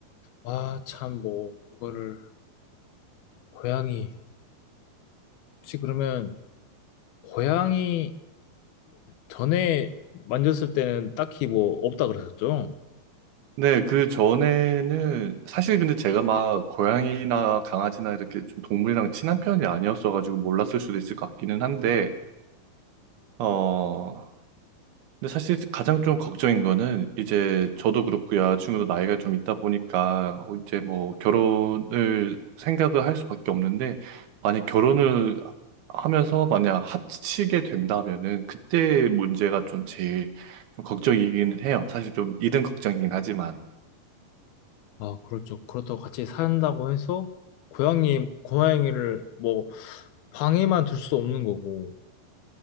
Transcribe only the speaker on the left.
아, 참, 뭐, 이거를, 고양이. 혹시 그러면, 고양이를 전에 만졌을 때는 딱히 뭐, 없다 그러셨죠?
아, 그렇죠. 그렇다고 같이 산다고 해서, 고양이, 고양이를 뭐, 방에만 둘 수 없는 거고,